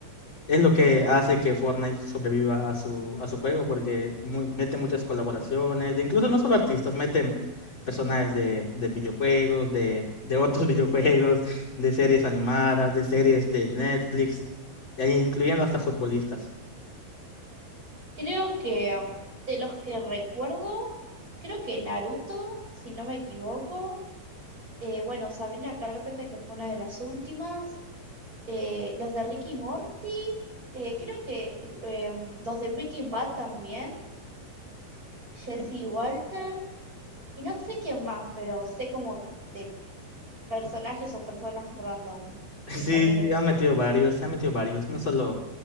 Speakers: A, on the left (about 30°); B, on the right (about 20°).
A: es lo que hace que Fortnite sobreviva a su, a su juego, porque mu- mete muchas colaboraciones, de incluso no solo artistas, meten personajes de, de videojuegos, de, de otros <laughs> videojuegos,
B: Sí.
A: de series animadas, de series de Netflix, e incluyendo hasta futbolistas.
B: Creo que de los que recuerdo, creo que Naruto, si no me equivoco. Eh, bueno, Sabrina Carpenter, que fue una de las últimas. Eh, los de Ricky y Morty. eh, creo que uh, em, los de Breaking Bad también. Jesse Walter y no sé quién más, pero sé como de personajes o personas random
A: Sí,
B: que están en
A: sí,
B: el juego.
A: han metido varios, han metido varios, no solo,